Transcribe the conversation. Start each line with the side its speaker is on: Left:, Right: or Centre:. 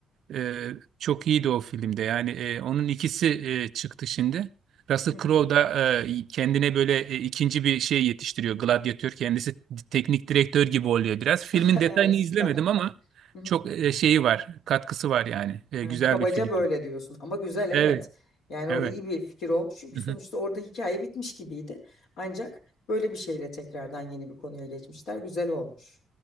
Right: E, çok iyiydi o filmde. Yani e, onun ikisi e, çıktı şimdi. Russell
Left: Hı hı.
Right: Crowe da e, kendine böyle e, ikinci bir şey yetiştiriyor. Gladyatör kendisi teknik direktör gibi oluyor biraz.
Left: <laughs>
Right: Filmin
Left: Ha,
Right: detayını
Left: Süper.
Right: izlemedim ama
Left: <laughs>
Right: çok e, şeyi var, katkısı var yani. E,
Left: Hı,
Right: güzel
Left: kabaca
Right: bir film.
Left: böyle diyorsun ama güzel evet.
Right: Evet,
Left: Yani
Right: evet.
Left: o iyi bir fikir olmuş çünkü
Right: Hı
Left: sonuçta
Right: hı.
Left: orada hikaye bitmiş gibiydi. Ancak böyle bir şeyle tekrardan yeni bir konuya geçmişler. Güzel olmuş